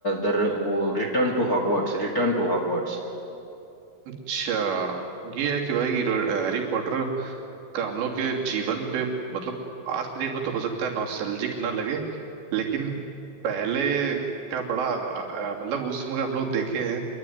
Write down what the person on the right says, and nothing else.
अच्छा ये है कि भाई कि हैरी पॉटर का हम लोग के जीवन पे मतलब आज की डेट में तो हो सकता है नॉस्टैल्जिक ना लगे लेकिन पहले का बड़ा अ, मतलब उस समय का हम लोग देखे हैं